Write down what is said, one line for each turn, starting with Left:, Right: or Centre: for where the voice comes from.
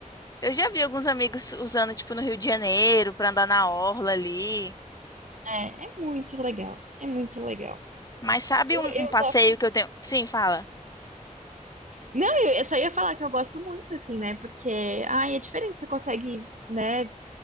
Left: eu já vi alguns amigos usando, tipo, no Rio de Janeiro, pra andar na orla ali.
Right: é, é muito legal. É muito legal.
Left: Mas sabe
Right: Eu,
Left: um,
Right: eu
Left: um passeio
Right: gosto.
Left: que eu tenho? Sim, fala.
Right: Não, eu, eu só ia falar que eu gosto muito, assim, né? Porque, ai, é diferente, você consegue, né?